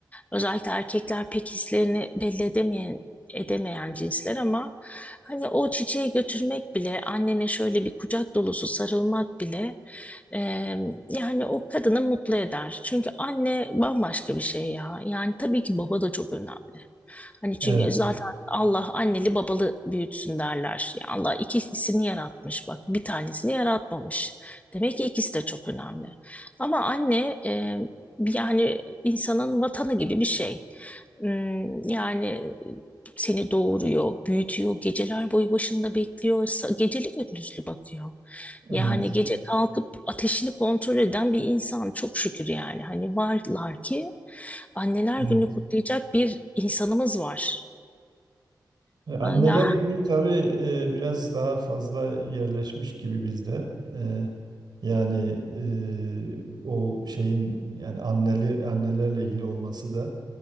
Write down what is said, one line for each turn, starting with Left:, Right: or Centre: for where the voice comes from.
Left: Özellikle erkekler pek hislerini belli edemeyen edemeyen cinsler ama hani o çiçeği götürmek bile annene şöyle bir kucak dolusu sarılmak bile e, yani o kadını mutlu eder. Çünkü anne bambaşka bir şey ya. Yani tabii ki baba da çok önemli. Hani çünkü
Right: Evet,
Left: zaten Allah anneli babalı büyütsün derler. Ya Allah ikilisini yaratmış bak bir tanesini yaratmamış. Demek ki ikisi de çok önemli. Ama anne e, yani insanın vatanı gibi bir şey. Hmm, Yani e, seni doğuruyor, büyütüyor, geceler boyu başında bekliyor, sa- geceli gündüzlü bakıyor.
Right: evet,
Left: Yani gece kalkıp ateşini kontrol eden bir insan çok şükür yani. Hani varlar ki anneler
Right: evet.
Left: günü kutlayacak bir insanımız var.
Right: E, Anneler
Left: Aa, Ya
Right: günü tabii e, biraz daha fazla yerleşmiş gibi bizde. E, yani e, o şeyin yani anneli annelerle ilgili olması da